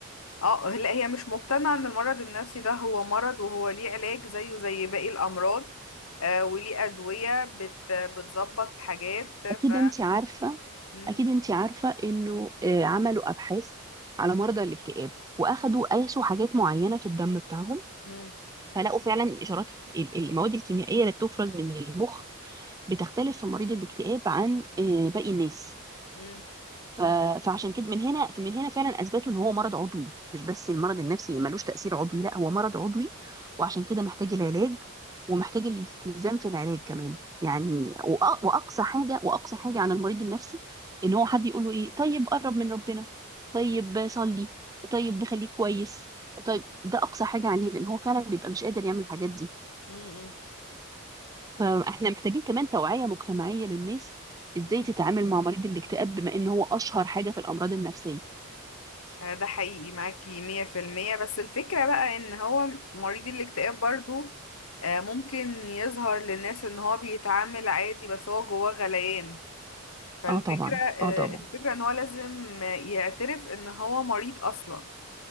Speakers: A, on the left; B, on the right.
A: اه لا هي مش مقتنعة ان المرض النفسي ده هو مرض وهو ليه علاج زيه زي باقي الأمراض آه وليه أدوية بت... بتظبط حاجات ف
B: اكيد انت عارفه
A: مم.
B: اكيد انت عارفه انه آه، عملوا ابحاث على مرضى الاكتئاب واخدوا قاسوا حاجات معينه في الدم بتاعهم
A: مم.
B: فلقوا فعلا الاشارات ال- المواد الكيميائيه اللي بتفرز من المخ بتختلف في مريض الاكتئاب عن آه، باقي الناس
A: مم.
B: ف- فعشان كده من هنا من هنا فعلا اثبتوا ان هو مرض عضوي مش بس المرض النفسي ملوش تاثير عضوي لا هو مرض عضوي وعشان كده محتاج العلاج ومحتاج الالتزام في العلاج كمان يعني وأ- واقصى حاجه واقصى حاجه عن المريض النفسي ان هو حد يقول له ايه طيب قرب من ربنا طيب صلي طيب خليك كويس طيب ده اقصى حاجه عليه لان هو فعلا بيبقى مش قادر يعمل الحاجات دي
A: مم.
B: فاحنا محتاجين كمان توعيه مجتمعيه للناس ازاي
A: مم.
B: تتعامل مع مريض الاكتئاب بما ان هو اشهر حاجه في الامراض النفسيه
A: آه، ده حقيقي معاكي مية في المية بس الفكرة بقى ان هو مريض الاكتئاب برضو آه، ممكن يظهر للناس ان هو بيتعامل عادي بس هو جواه غليان فالفكرة
B: اه طبعا
A: آه،
B: اه طبعا
A: الفكرة ان هو لازم يعترف ان هو مريض اصلا